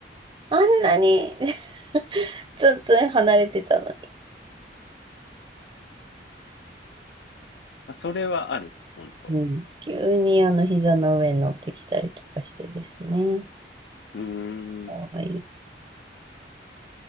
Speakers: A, on the right; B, on the left.
A: あんなに <laughs> ツンツン離れてたのに。
B: まあ、それはある、本当。
A: うん。急にあの膝の上に乗ってきたりとかしてですね。
B: うー
A: 可愛い。
B: ん。